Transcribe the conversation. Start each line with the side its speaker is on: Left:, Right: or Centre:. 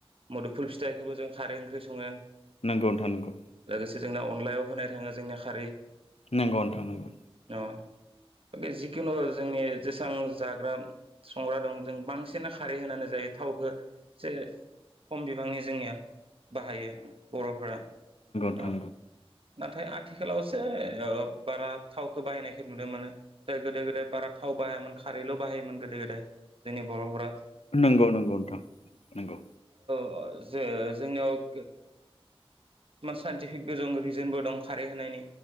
Right: मुुदुफुल फिथायखौबो जों खारै ओंख्रै संङो
Left: नोंगौ नोंथां नोंगौ
Right: लोगोसे जोंना अनलायाव होनाय थाङो जोंनि खारै
Left: नंगौ नोंथां नंगौ
Right: अ जिखुनु जोंनि जेसबां जाग्रा संग्रा दं जों बांसिनानो खारै होनानै जायो थावखौ एसे खम बिबांनि जोंनिया बाहायो बर'फोरा।
Left: थानांगौ।
Right: अ नाथाय आथिखालावसो ओ बारा थावखौ बाहायनायखौ नुनो मोनो। जाय गोदो गोदाय बारा थाव बाहायामोन। खारैल' बाहायोमोन गोदो गोदाय जोंनि बर'फ्रा।
Left: नंगौ नंगौ नोंथां नंगौ।
Right: अ जो जोंनियाव साइन्टिफिक गोजों रिजनबो दं खारै होनायनि।